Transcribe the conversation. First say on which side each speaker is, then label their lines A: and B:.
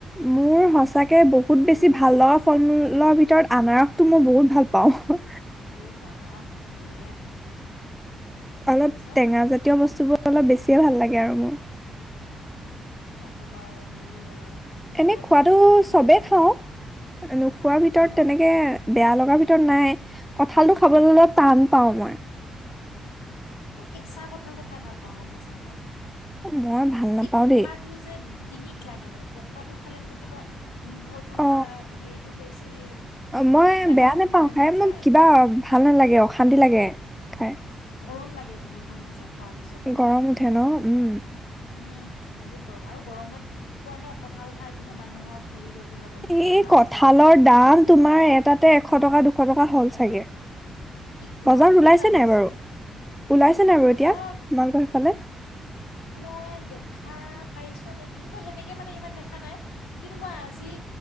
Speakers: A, in the centre; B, on the left (about 80°).
A: মোৰ সঁচাকে বহুত বেছি ভাল লগা ফল-মূলৰ ভিতৰত আনাৰস তো মই বহুত ভাল পাওঁ।
B: অ বাহ বঢ়িয়া তাৰপিছত
A: অলপ টেঙা জাতীয় বস্তুবোৰ অলপ বেছিয়ে ভাল লাগে আৰু মোৰ।
B: এ নকবা আৰু মোৰো আৰু। মোৰ
A: এনেই খোৱাতটো চবে
B: মই যে
A: খাওঁ নোখোৱাৰ ভিতৰত
B: অঁ হ
A: তেনেকে। বেয়া লগাৰ ভিতৰত নাই কঠালটো খাবলে অলপ টান পাও মই।
B: মই কেচা কঁঠালটো খাই ভাল পাওঁ গম পাইছানে,
A: মই ভাল নাপাওঁ
B: এই পকা
A: দেই
B: টো যে ডিঙিত লাগে মানে পকাটো খালে মোৰ কিবা গোন্ধ টো
A: অ
B: বা হেৰিটো বেছি
A: মই
B: ডিঙিত লাগে
A: বেয়া নোপাওঁ
B: মানে
A: খাই
B: নেযায়
A: মোক কিবা ভাল নালাগে অশান্তি লাগে খাই
B: গৰম লাগে বহুত গম পাইছা খোৱাৰ পিছত কঁঠালটো
A: গৰম উঠে ন উম
B: উম বহুত গৰম আৰু গৰমত কয় ন কঁঠাল খাই পিনে মানুহক হেৰি কৰিব যাব নিদিয়ে
A: এই
B: গা
A: কঁঠালৰ
B: ধুব যাব নিদিয়ে
A: দাম তোমাৰ এটাতে এশ টকা, দুশ টকা হ'ল চাগে
B: কি কোৱা
A: বজাৰত
B: ইমান
A: ওলাইছে
B: দাম
A: নে
B: হৈছে
A: নাই বাৰু ওলাইছে নে নাই বাৰু
B: বজাৰত
A: এতিয়া তোমালোকৰ সেফালে
B: মই দেখা পাইছোঁ নেকি মই সেনেকে মানে ইমান দেখা নাই কিন্তু মই আজি